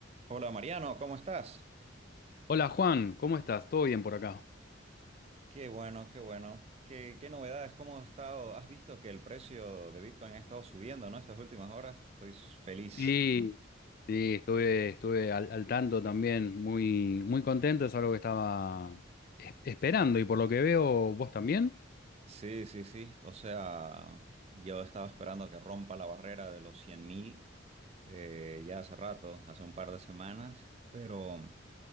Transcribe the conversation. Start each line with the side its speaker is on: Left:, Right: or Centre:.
Right: Hola Mariano, ¿cómo estás?
Left: Hola Juan, ¿cómo estás? ¿Todo bien por acá?
Right: Qué bueno, qué bueno. ¿Qué, qué novedades? ¿Cómo has estado? ¿Has visto que el precio de Bitcoin ha estado subiendo, ¿no? Estas últimas horas. Estoy feliz.
Left: Sí, sí, estuve, estuve al, al tanto también, muy, muy contento, es algo que estaba es- esperando y por lo que veo vos también.
Right: Sí, sí, sí. O sea, yo estaba esperando que rompa la barrera de los 100 mil eh, ya hace rato, hace un par de semanas, pero